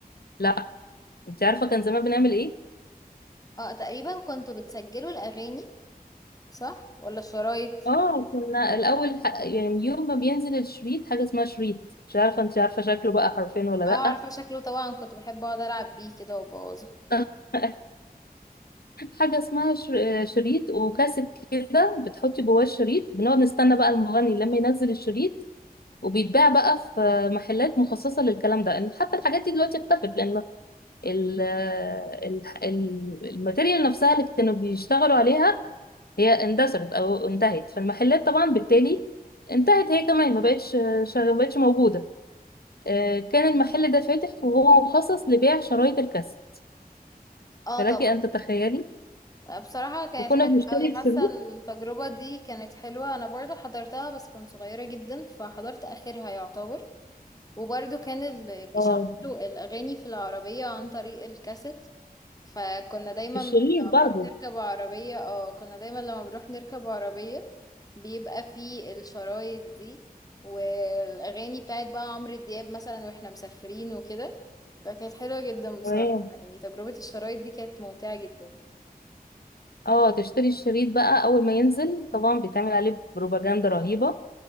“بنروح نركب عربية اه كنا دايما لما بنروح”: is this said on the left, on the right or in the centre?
Left